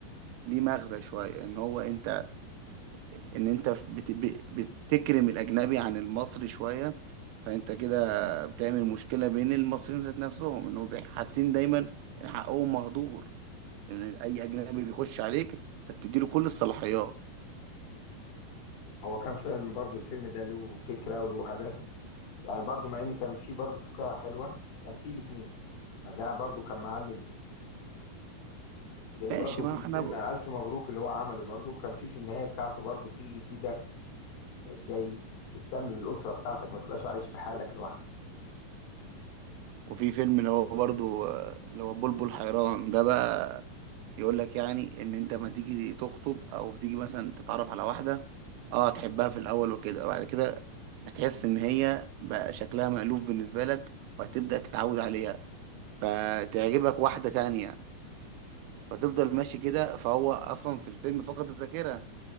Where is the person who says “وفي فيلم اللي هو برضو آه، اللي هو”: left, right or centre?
Right